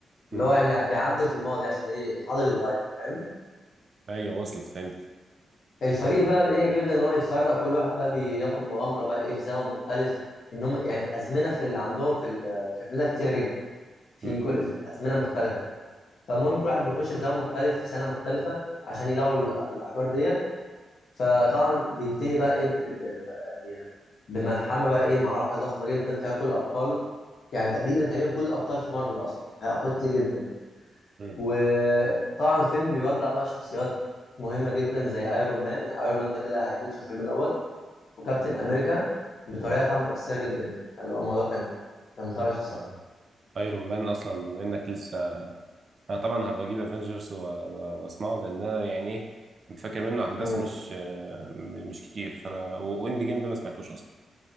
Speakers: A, on the right; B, on the left.
A: مم.
B: اللي هو يعني بيعدل في الماضي عشان ايه الحاضر يتغير فاهم
A: ايوه وصلت فهمت
B: فالفريق بقى ايه بيبدا ان هو يتفرق كل واحد بقى بياخد مغامره بقى ايه في زمن مختلف ان هم يعني الازمنه في اللي عندهم في ال- في الفيلم ده كتيره جدا في
A: مم.
B: كل أز- ازمنه مختلفه فالمهم كل واحد بيخش في زمن مختلف في سنه مختلفه عشان يلاقوا ال- الاحجار ديت فطبعا بينتهي بقى ايه ب- ب- ب- يعني بملحمه بقى ايه معركه ضخمه جدا فيها كل الابطال يعني تقريبا تقريبا كل الابطال في مارفل اصلا يعني فيها ابطال كتير جدا
A: مم.
B: وطبعا الفيلم بيودع بقى شخصيات مهمه جدا زي ايرون مان يعني ايرون مان ده كده هيموت في الفيلم دوت وكابتن امريكا بطريقه طبعاً مؤثره جدا يعني فاللي هو الموضوع كان كان طرش الصراحه
A: اه ايرون مان اصلا بما انك لسه انا طبعا هبقى اجيب افنجرز واسمعه لان انا يعني إيه، فاكر منه احداث
B: مم.
A: مش آه، م- مش كتير فانا واند جيم ده ما سمعتوش اصلا